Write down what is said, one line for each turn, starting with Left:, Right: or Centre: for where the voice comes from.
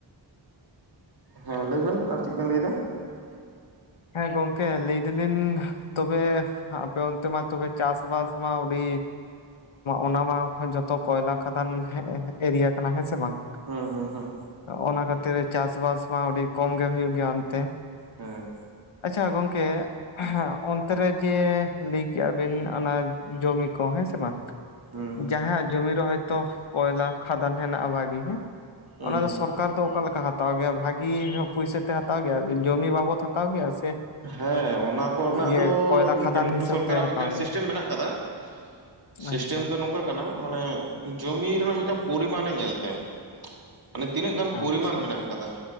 Right: ᱦᱮᱸ ᱞᱟᱹᱭ ᱵᱮᱱ ᱟᱨ ᱪᱮᱫ ᱵᱮᱱ ᱞᱟᱹᱭ ᱫᱟ?
Left: ᱦᱮᱸ ᱜᱚᱝᱠᱮ ᱞᱟᱹᱭ ᱫᱟᱹᱞᱤᱧ ᱛᱚᱵᱮ ᱟᱯᱮ ᱚᱱᱛᱮ ᱢᱟ ᱛᱚᱵᱮ ᱪᱟᱥᱵᱟᱥ ᱢᱟ ᱚᱰᱤ ᱚᱱᱟ ᱢᱟ ᱡᱷᱚᱛᱚ ᱠᱚᱭᱞᱟ ᱠᱷᱟᱫᱟᱱ ᱮᱨᱤᱭᱟ ᱠᱟᱱᱟ ᱦᱮᱸ ᱥᱮ ᱵᱟᱝ?
Right: ᱦᱩᱸ ᱦᱩᱸ ᱦᱩᱸᱜ
Left: ᱚᱱᱟ ᱠᱷᱟᱹᱛᱤᱨ ᱪᱟᱥᱵᱟᱥ ᱢᱟ ᱟᱹᱰᱤ ᱠᱚᱢ ᱜᱮ ᱦᱩᱭᱩᱜ ᱜᱮᱭᱟ ᱚᱱᱛᱮ,
Right: ᱦᱮᱸ
Left: ᱟᱪᱪᱷᱟ ᱜᱚᱝᱠᱮ ᱦᱮᱸ ᱚᱱᱛᱮ ᱨᱮ ᱡᱮ ᱞᱟᱹᱭ ᱠᱮᱜᱼᱟ ᱵᱤᱱ ᱚᱱᱟ ᱡᱚᱢᱤ ᱠᱚ ᱦᱮᱸ ᱥᱮ ᱵᱟᱝ,
Right: ᱦᱩᱸ ᱦᱩᱸ
Left: ᱡᱟᱦᱟᱸᱭᱟᱜ ᱡᱚᱢᱤ ᱨᱮ ᱦᱚᱭ ᱛᱳ ᱠᱚᱭᱞᱟ ᱠᱷᱟᱫᱟᱱ ᱦᱮᱱᱟᱜᱼᱟ ᱵᱷᱟᱹᱜᱤ ᱦᱮᱸ
Right: ᱦᱩᱸ
Left: ᱚᱱᱟ ᱫᱚ ᱥᱚᱨ ᱥᱚᱨᱠᱟᱨ ᱫᱚ ᱚᱠᱟᱞᱮᱠᱟ ᱦᱟᱛᱟᱣ ᱜᱮᱭᱟ ᱵᱷᱟᱹᱜᱤ ᱯᱩᱭᱥᱟᱛᱮ ᱦᱟᱛᱟᱣ ᱜᱮᱭᱟ ᱡᱚᱢᱤ ᱵᱟᱵᱚᱫ ᱦᱟᱛᱟᱣ ᱜᱮᱭᱟ ᱥᱮ,
Right: ᱦᱮᱸ ᱚᱱᱟ ᱠᱚᱨᱮᱱᱟᱜ
Left: ᱤᱭᱟᱹ
Right: ᱫᱚ
Left: ᱠᱚᱭᱞᱟ ᱠᱷᱟᱫᱟᱱ
Right: ᱠᱟᱹᱢᱤ
Left: ᱦᱤᱥᱟᱹᱵ
Right: ᱥᱚᱨᱠᱟᱨᱟᱜ
Left: ᱛᱮ ᱦᱟᱛᱟᱣ
Right: ᱢᱤᱫᱴᱟᱝ ᱥᱤᱥᱴᱮᱢ
Left: ᱜᱮᱭᱟ
Right: ᱢᱮᱱᱟᱜ ᱠᱟᱫᱟ᱾ ᱥᱤᱥᱴᱮᱢ
Left: ᱟᱪᱪᱷᱟ
Right: ᱫᱚ ᱱᱚᱝᱠᱟ ᱠᱟᱱᱟ ᱢᱟᱱᱮ, ᱡᱚᱢᱤ ᱨᱮᱱᱟᱜ ᱢᱤᱫᱴᱟᱝ ᱯᱚᱨᱤᱢᱟᱱᱮ ᱧᱮᱞ ᱛᱮ ᱢᱟᱱᱮ ᱛᱤᱱᱟᱹᱜ ᱜᱟᱱ ᱯᱚᱨᱤᱢᱟᱱ
Left: ᱟᱪᱪᱷᱟ
Right: ᱢᱮᱱᱟᱜ ᱟᱠᱟᱫᱟ᱾